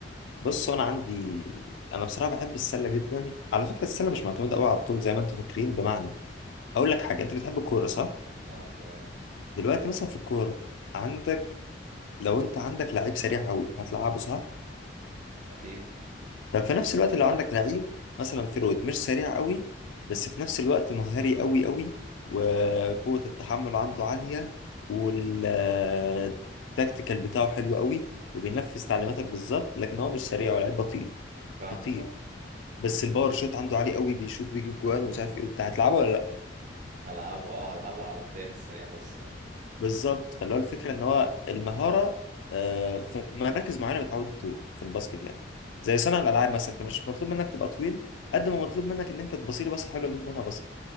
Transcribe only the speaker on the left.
بص انا عندي انا بصراحه بحب السله جدا على فكره السله مش معتمده قوي على الطول زي ما انتوا فاكرين بمعنى اقول لك حاجه انت بتحب الكوره صح
دلوقتي مثلا في الكوره عندك لو انت عندك لعيب سريع قوي هتلعبه صح
طب في نفس الوقت لو عندك لعيب مثلا فيرويد مش سريع قوي بس في نفس الوقت مهاري قوي قوي وقوه التحمل عنده عاليه والتكتيكال بتاعه حلو قوي وبينفذ تعليماتك بالظبط لكن هو مش سريع ولاعيب بطيء
بطيء
بس الباور شوت عنده عالي قوي بيشوط بيجيب جوان ومش عارف ايه وبتاع هتلعبه ولا لا
بالظبط فاللي هو الفكره ان هو المهاره آه، في مراكز معينه بتعود الطول في الباسكت يعني زي صانع الالعاب مثلا انت مش مطلوب منك تبقى طويل قد ما مطلوب منك ان انت تبصيلي بس حلوه اجيب منها باسكت